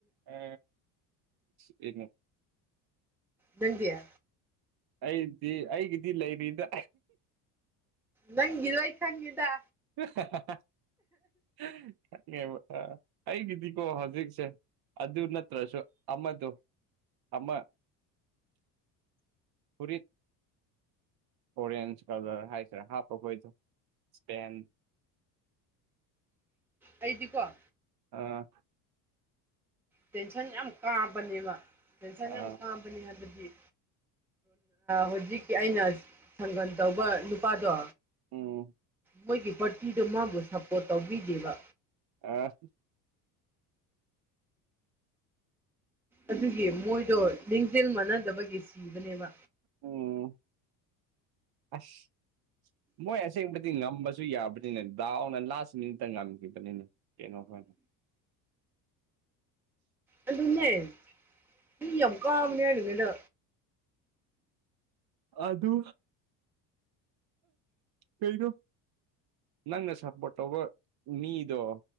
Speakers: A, on the right (about 55°); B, in the centre.
A: ꯑ ꯌꯦ
B: ꯅꯪꯕꯤꯌꯥ
A: ꯑꯩꯗꯤ ꯑꯩꯒꯤꯗꯤ ꯂꯩꯔꯤꯗ
B: ꯅꯪ ꯂꯏ ꯈꯪꯉꯗ
A: <inaudible> ꯪꯉꯦꯕ ꯑꯩꯒꯤꯗꯤꯀꯣ ꯍꯧꯖꯤꯛꯁꯦ ꯑꯗꯨ ꯅꯠꯇ꯭ꯔꯁꯨ ꯑꯃꯗꯣ ꯑꯃ ꯐꯨꯔꯤꯠ ꯑꯣꯔꯦꯟꯖ ꯀꯂꯔ ꯍꯥꯏꯁꯤꯔꯥ ꯍꯥꯞꯄꯈꯣꯏꯗꯣ ꯄꯦꯟ
B: ꯑꯩꯗꯤꯀꯣ
A: ꯑꯥ
B: ꯇꯦꯟꯁꯟ ꯌꯥꯝ ꯀꯥꯕꯅꯦꯕ ꯇꯦꯟꯁꯟ
A: ꯑꯥ
B: ꯌꯥꯝ ꯀꯥꯕꯅꯦ ꯍꯥꯏꯕꯗꯤ ꯍꯧꯖꯤꯛꯀꯤ ꯑꯩꯅ ꯁꯪꯒꯟ ꯇꯧꯕ ꯅꯨꯄꯥꯗꯣ
A: ꯑꯣ
B: ꯃꯣꯏꯒꯤ ꯄꯥꯔꯇꯤꯗ ꯃꯥꯕꯨ ꯁꯞꯄꯣꯔꯠ ꯇꯧꯕꯤꯗꯦꯕ
A: ꯑ
B: ꯑꯗꯨꯒꯤ ꯃꯣꯏꯗꯣ ꯂꯤꯡꯖꯦꯜ ꯃꯥꯟꯅꯗꯕꯒꯤ ꯁꯤꯕꯅꯦꯕ
A: ꯎꯝ ꯑꯁ ꯃꯣꯏ ꯑꯁꯦꯡꯕꯗꯤ ꯉꯝꯕꯁꯨ ꯌꯥꯕꯅꯤꯅ ꯗꯥꯅ ꯂꯥꯁ ꯃꯤꯅꯤꯠꯇ ꯉꯝꯈꯤꯕꯅꯤꯅꯦ ꯀꯩꯅꯣꯈꯣꯏꯅ
B: ꯑꯗꯨ ꯑꯗꯨꯟꯅꯦ ꯅ ꯌꯥꯝ ꯀꯥꯃꯅꯤ ꯍꯥꯏꯔꯗ
A: ꯑ ꯑꯗꯨ ꯀꯩꯅꯣ ꯅꯪꯅ ꯁꯞꯄꯣꯔꯠ ꯇꯧꯕ ꯃꯤꯗꯣ